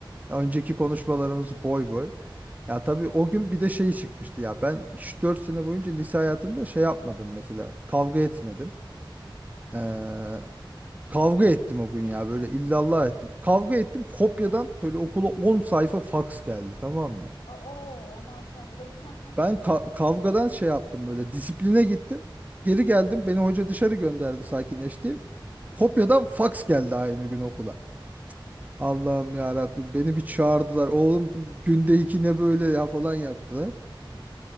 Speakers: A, on the right; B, on the left.
A: Ya önceki konuşmalarımız boy boy. Ya tabii o gün bir de şey çıkmıştı ya. Ben hiç 4 sene boyunca lise hayatımda şey yapmadım mesela. Kavga etmedim. Ee, Kavga ettim o gün ya böyle illallah ettim. Kavga ettim kopyadan böyle okula 10 sayfa faks geldi tamam mı?
B: Oo aman tanrım. <laughs>
A: Ben ka- kavgadan şey yaptım böyle disipline gittim. Geri geldim beni hoca dışarı gönderdi sakinleşti. Kopyadan faks geldi aynı gün okula. Allah'ım ya Rabbim beni bir çağırdılar. Oğlum bu günde iki ne böyle ya falan yaptılar.